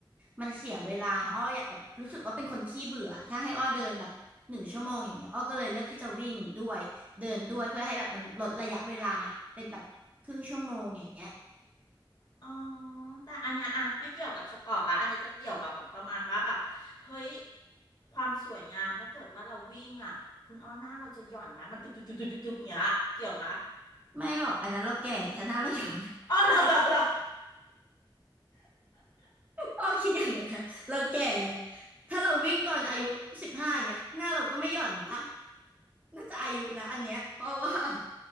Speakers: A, on the right; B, on the left.
A: มันเสียเวลาอ้ออยากแบบรู้สึกว่าเป็นคนขี้เบื่อถ้าให้อ้อเดินแบบหนึ่งชั่วโมงอย่างเงี้ยอ้อก็เลยเลือกที่จะวิ่งด้วยเดินด้วยเพื่อให้แบบมันลดระยะเวลาเป็นแบบครึ่งชั่วโมงอย่างเงี้ย
B: อ๋อแต่อันเนี้ยอะไม่เกี่ยวกับสปอร์ตละอันเนี้ยจะเกี่ยวแบบแบบประมาณว่าแบบเฮ้ยความสวยงามถ้าเกิดว่าเราวิ่งอะคุณอ้อหน้าเราจะหย่อนไหมมันตึกตึกตึกตึกตึกตึกเนี้ยเกี่ยวไหม
A: ไม่หรอกอันนั้นเราแก่ถ้าหน้าเราหย่อน <laughs>
B: อ๋อเหรอเหรอเหรอ
A: อ้อ <laughs> คิดอย่างนั้นนะเราแก่ถ้าเราวิ่งตอนอายุสิบห้าอย่างเงี้ยหน้าเราก็ไม่หย่อนปะน่าจะอายุนะอันเนี้ยเพราะว่า <laughs>